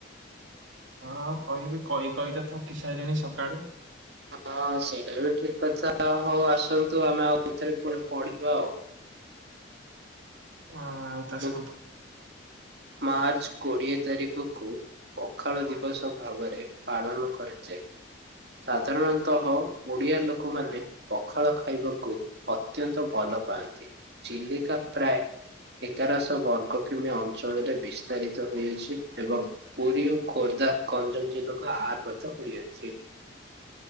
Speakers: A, on the right; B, on the right.
A: କଣ ହଉ କହିବି କହି କହି ତ ଥକି ସାରିଲିଣିି ସକାଳୁ।
B: ହଁ ସେଇଟା ବି ଠିକ କଥା ହଉ ଆସନ୍ତୁ ଆମେ ଆଉଥରେ ପୁଣି ପଢିବା ଆଉ।
A: ହଁ ଆଉ ତସନ୍ତୁ।
B: ମୁଁ ମାର୍ଚ୍ଚ କୋଡିଏ ତାରିଖକୁ ପଖାଳ ଦିବସ ଭାବରେ ପାଳନ କରାଯାଏ। ସାଧାରଣତଃ ଓଡ଼ିଆ ଲୋକମାନେ ପଖାଳ ଖାଇବାକୁ ଅତ୍ୟନ୍ତ ଭଲ ପାଆନ୍ତି। ଚିଲିକା ପ୍ରାୟ ଏଗାରଶହ ବର୍ଗ କିମି ଅଂ ଞ୍ଚଳରେ ବିସ୍ତାରିତ ହୋଇଅଛି ଏବଂ ପୁରୀ ଓ ଖୋର୍ଦ୍ଧା ଗଞ୍ଜାମ ଜିଲ୍ଲାକୁ ଆର୍ଭତ ହୋଇଅଛି।